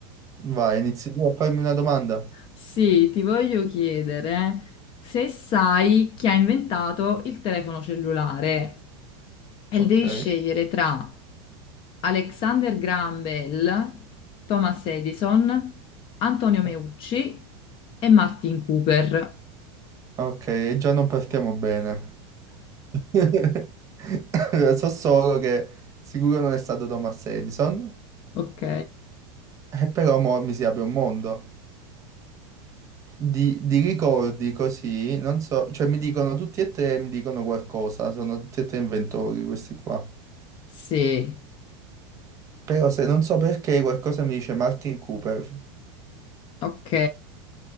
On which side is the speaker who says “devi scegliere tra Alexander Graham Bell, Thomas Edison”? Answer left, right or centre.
Left